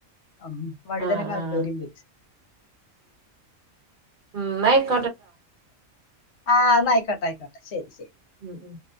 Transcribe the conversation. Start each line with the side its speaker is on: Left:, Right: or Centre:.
Left: ഉം വഴിതനങ്ങ
Right: ആഹ് ആഹ്
Left: ഉപ്പരിണ്ട്
Right: ആ അ
Left: ആന്നാ അയ്ക്കോട്ടെ അയ്ക്കോട്ടെ ശെരി ശെരി
Right: ഉം ഉം